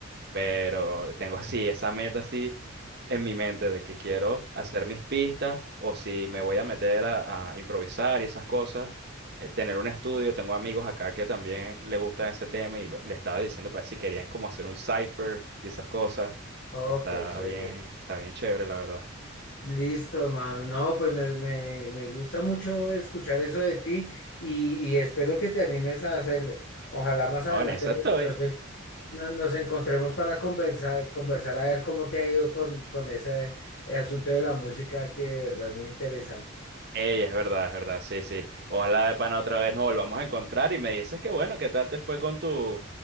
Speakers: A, on the right; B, on the left.
A: Pero tengo así esa meta así en mi mente de que quiero hacer mis pistas o si me voy a meter a, a improvisar y esas cosas, eh, tener un estudio. Tengo amigos acá que también le gusta ese tema y le estaba diciendo pues si querían como hacer un cipher y esas cosas.
B: Oh,
A: Y está
B: qué chévere.
A: bien, está bien chévere, la verdad.
B: Listo, hermano. No, pues me, me- me gusta mucho escuchar eso de ti y, y espero que te animes a hacerle. Ojalá más
A: No,
B: adelante,
A: en eso
B: pues
A: estoy.
B: entonces no- nos encontremos para conversar, conversar a ver cómo te ha ido con, con ese asunto de la música que de verdad es muy interesante.
A: Ey, es verdad, es verdad, sí, sí. Ojalá de pana otra vez nos volvamos a encontrar y me dices que bueno, ¿qué tal te fue con tu,